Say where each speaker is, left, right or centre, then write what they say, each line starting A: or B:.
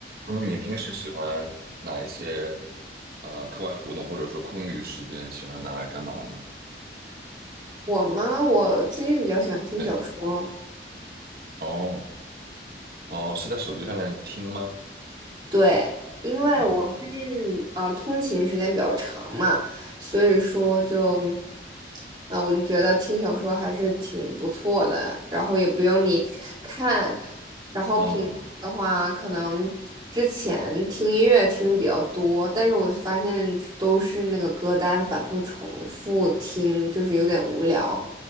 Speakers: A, on the right (about 55°); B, on the right (about 25°).
A: 嗯，你平时喜欢哪一些呃课外活动，或者说空余时间喜欢拿来干嘛呢？
B: 我吗？我最近比较喜欢听小说，
A: 对，哦哦，是在手机上面听吗？
B: 对，因为我最近呃通勤时间比较长嘛，
A: 哦，
B: 所以说就，呃我就觉得听小说还是挺不错的，然后也不用你看，然后平时的话可能之前听音乐听的比较多，
A: 嗯，
B: 但是我发现都是那个歌单反复重复听，就是有点无聊，